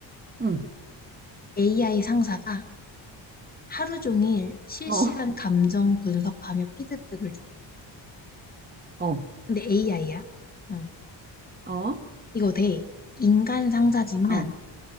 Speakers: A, on the right; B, on the left.
A: 응,
B: AI 상사가 하루 종일 실시간
A: 어,
B: 감정 분석하며 피드백을 줘.
A: 어,
B: 근데 AI야. 응.
A: 어,
B: 이거 돼. 인간 상사지만
A: 어,